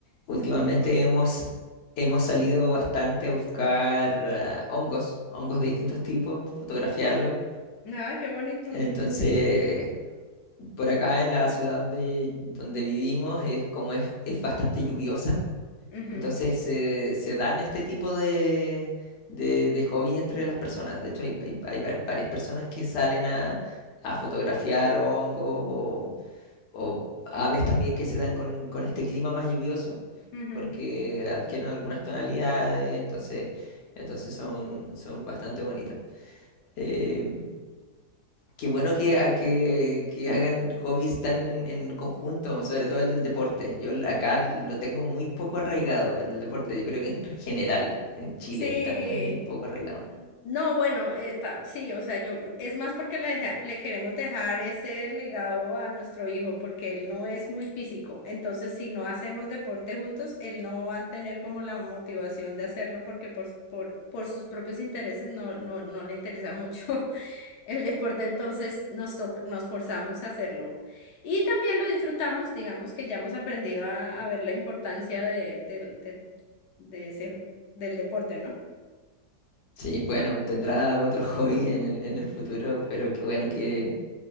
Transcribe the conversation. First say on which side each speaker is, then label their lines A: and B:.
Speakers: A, on the left; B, on the left.
A: últimamente hemos, hemos salido bastante a buscar ah, hongos, hongos de distintos tipos, fotografiarlos.
B: Ah, qué bonito.
A: Entonces, por acá en la ciudad donde, donde vivimos es como es, es bastante lluviosa.
B: Ujú,
A: Entonces se se dan este tipo de, de, de hobbies entre las personas. De hecho, hay, hay- hay var- varias personas que salen a, a fotografiar hongos o, o aves también que se dan con, con este clima más lluvioso,
B: ujú.
A: porque adquieren algunas tonalidades, entonces, entonces son, son bastante bonitos. Eh, Qué bueno que, ha- que, que hagan hobbies tan en, en conjunto, sobre todo el del deporte. Yo l- acá lo tengo muy poco arraigado, el del deporte. Yo creo que en general en Chile
B: Sí.
A: está muy, muy poco arraigado.
B: No, bueno, eh, ta- sí, o sea, yo es más porque le, deja- le queremos dejar ese legado a nuestro hijo porque él no es muy físico. Entonces, si no hacemos deporte juntos, él no va a tener como la motivación de hacerlo porque por, por, por sus propios intereses no, no, no le interesa mucho <laughs> el deporte. Entonces, nos, to- nos forzamos a hacerlo. Y también lo disfrutamos, digamos que ya hemos aprendido a, a ver la importancia de, del del- de ese, del deporte, ¿no?
A: Sí, bueno, tendrá otro <laughs> hobby en el, en el futuro, pero qué bueno que,